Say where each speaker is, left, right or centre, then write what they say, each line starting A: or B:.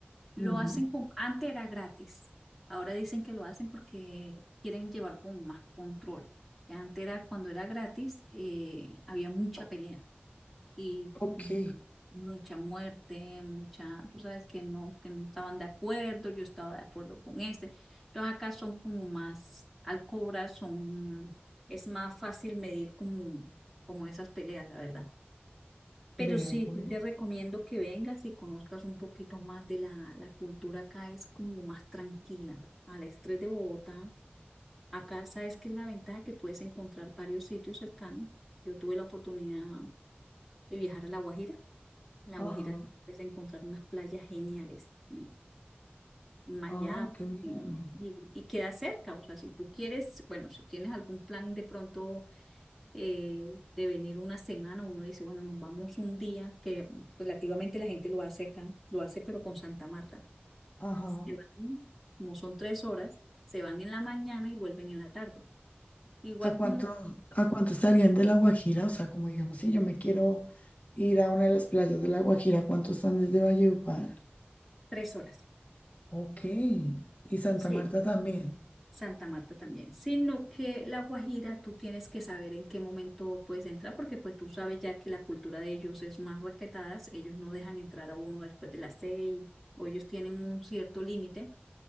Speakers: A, in the centre; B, on the left.
A: lo
B: Mm.
A: hacen con, antes era gratis, ahora dicen que lo hacen porque quieren llevar como más control. Que antes era, cuando era gratis, eh, había mucha pelea y
B: Ok.
A: m- mucha muerte, mucha, tú sabes que no, que no estaban de acuerdo, yo estaba de acuerdo con este. Entonces acá son como más, al cobrar son, es más fácil medir como, como esas peleas, la verdad. Pero
B: Vea
A: sí,
B: pues.
A: sí te recomiendo que vengas y conozcas un poquito más de la, la cultura acá, es como más tranquila. Al estrés de Bogotá, acá sabes que es la ventaja que puedes encontrar varios sitios cercanos. Yo tuve la oportunidad de viajar a La Guajira. En La
B: Ajá.
A: Guajira también puedes encontrar unas playas geniales, eh, en Mayap,
B: Ay, qué bien.
A: en- y, y queda cerca. O sea, si tú quieres, bueno, si tienes algún plan de pronto eh, de venir una semana, uno dice, bueno, nos vamos un día, que relativamente la gente lo hace acá, lo hace pero con Santa Marta.
B: Ajá.
A: Se van, como son tres horas, se van en la mañana y vuelven en la tarde. Igual
B: ¿A cuánto,
A: como
B: a cuánto estarían de La Guajira? O sea, como digamos, si yo me quiero ir a una de las playas de La Guajira, ¿cuánto están desde Valledupar?
A: <laughs> tres horas.
B: Ok. Y Santa
A: Sí,
B: Marta también.
A: Santa Marta también. Sino que La Guajira, tú tienes que saber en qué momento puedes entrar, porque pues tú sabes ya que la cultura de ellos es más respetada, ellos no dejan entrar a uno después de las seis, o ellos tienen un cierto límite